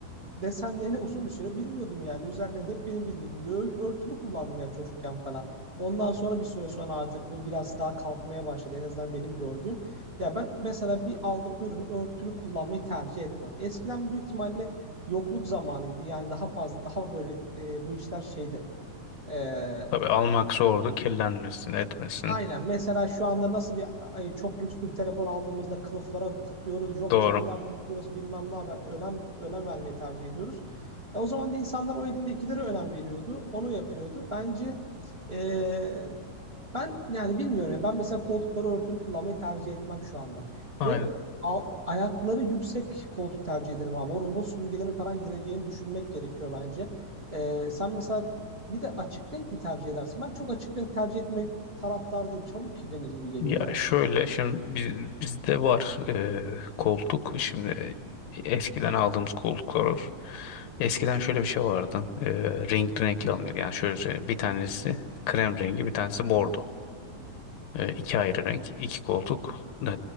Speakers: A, on the right; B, on the left.
A: desenlerini uzun bir süre bilmiyordum yani. Üzerlerinde hep benim bildiğim bir ört- örtülü kullandım ya çocukken falan. Ondan sonra bir süre sonra artık bu biraz daha kalkmaya başladı. En azından benim gördüğüm. Ya ben mesela bir aldığım ürünü örtülü kullanmayı tercih etmem. Eskiden büyük ihtimalle yokluk zamanıydı. Yani daha fazla daha böyle e, bu işler şeydi. E,
B: Tabii almak zordu. Kirlenmesin, etmesin.
A: Aynen. Mesela şu anda nasıl bir ay, çok lüks bir telefon aldığımızda kılıflara takıyoruz, yok
B: Doğru.
A: camlar takıyoruz, bilmem ne yapar. Önem önem vermeyi tercih ediyoruz. E, o zaman da insanlar o elindekilere önem veriyordu, onu yapıyordu. Bence e, ben yani bilmiyorum ya. Ben mesela koltukları örtülü kullanmayı tercih etmem şu anda.
B: Aynen.
A: Ve a- ayakları yüksek koltuk tercih ederim abi. O robot süpürgelerin falan gireceğini düşünmek gerekiyor bence. Ee, sen mesela bir de açık renk mi tercih edersin? Ben çok açık renk tercih etmek taraftar değilim. Çabuk kirlenir gibi geliyor
B: Ya
A: ya.
B: şöyle şimdi biz, bizde var e, koltuk. Şimdi eskiden aldığımız koltuklar var. Eskiden şöyle bir şey vardı. E, renkli renkli alınıyordu. Yani şöyle söyleyeyim. Bir tanesi krem rengi, bir tanesi bordo. E, iki ayrı renk, iki koltuk e,